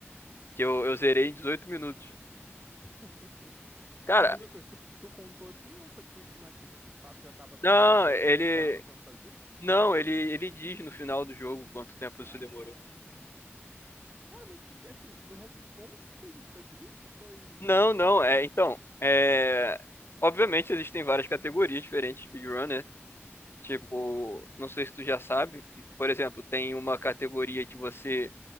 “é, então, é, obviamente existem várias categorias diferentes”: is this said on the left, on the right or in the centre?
Left